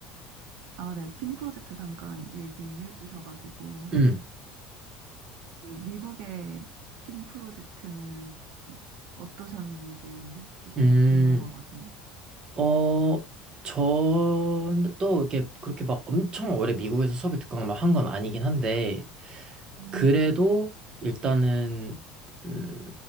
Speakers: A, on the right (about 70°); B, on the right (about 30°).
A: 아, 네, 팀 프로젝트 잠깐 얘기해 주셔가지고,
B: 음.
A: 그 미국의 팀 프로젝트는 어떠셨는지 조금
B: 음.
A: 궁금하거든요.
B: 어, 저도 이렇게 그렇게 막 엄청 오래 미국에서 수업을 듣거나 막 한 건 아니긴 한데,
A: 음,
B: 그래도 일단은, 음,